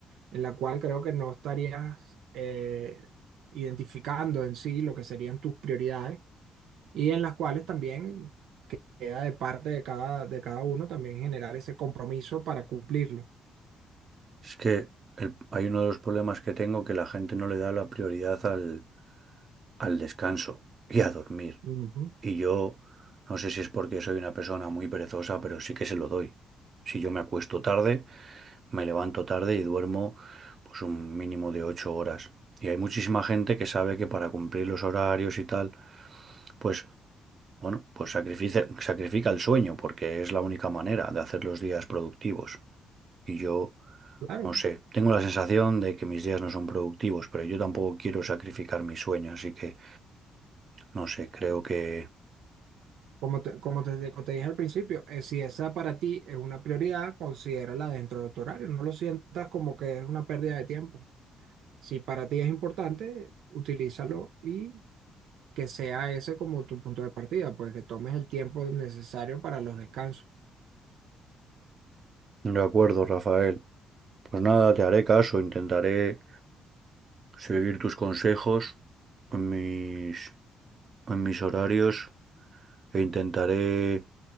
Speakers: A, on the right; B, on the right.
A: en la cual creo que no estarías eh, identificando en sí lo que serían tus prioridades y en las cuales también queda de parte de cada, de cada uno también generar ese compromiso para cumplirlo.
B: Es que el- hay uno de los problemas que tengo que la gente no le da la prioridad al, al descanso y a dormir.
A: Ujú.
B: Y yo no sé si es porque soy una persona muy perezosa, pero sí que se lo doy. Si yo me acuesto tarde, me levanto tarde y duermo pues un mínimo de ocho horas. Y hay muchísima gente que sabe que para cumplir los horarios y tal, pues Bueno, pues sacrifica, sacrifica el sueño porque es la única manera de hacer los días productivos. Y yo,
A: Claro,
B: no sé, tengo la sensación de que mis días no son productivos, pero yo tampoco quiero sacrificar mi sueño, así que, no sé, creo que...
A: Como te, como te, como te dije al principio, eh, si esa para ti es una prioridad, considérala dentro de tu horario. No lo sientas como que es una pérdida de tiempo. Si para ti es importante, utilízalo y que sea ese como tu punto de partida, pues que tomes el tiempo necesario para los descansos.
B: De acuerdo, Rafael. Pues nada, te haré caso, intentaré seguir tus consejos en mis, en mis horarios e intentaré